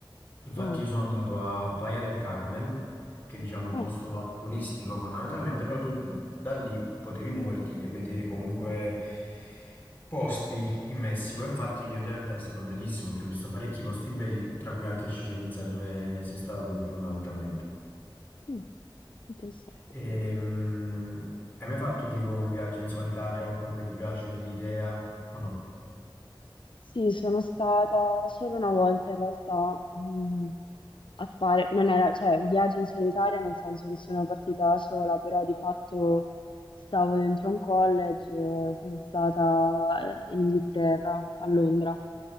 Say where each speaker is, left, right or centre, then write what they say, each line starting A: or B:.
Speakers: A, on the left; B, on the left.
A: Infatti
B: Ah,
A: io sono andato a Playa del Carmen, che diciamo è un
B: oh,
A: posto va- turistico fondamentalmente, però tu da lì potevi muoverti e vedere comunque posti in Messico. Infatti devo dire la verità è stato bellissimo, che ho visto parecchi posti belli, tra cui anche Chichén Itzá dove sei stata tu fondamentalmente.
B: mm, interessante.
A: Ehm, hai mai fatto tipo un viaggio in solitaria o comunque ti piace l'idea o no?
B: Sì, sono stata solo una volta in realtà mh, a fare, non era, cioè, un viaggio in solitaria nel senso che sono partita da sola, però di fatto stavo dentro un college, eh, sono stata eh, in Inghilterra, a Londra.